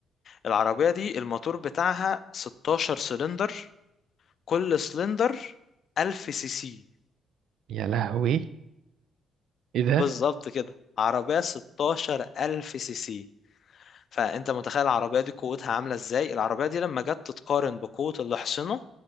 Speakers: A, on the left (about 55°); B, on the right (about 75°).
A: العربيه دي الموتور بتاعها 16 سلندر كل سلندر 1000 سي سي
B: يا لهوي ايه ده
A: بالظبط كده عربية 16000 سي سي فأنت متخيل العربية دي قوتها عاملة إزاي العربية دي لما جت تتقارن بقوة الأحصنة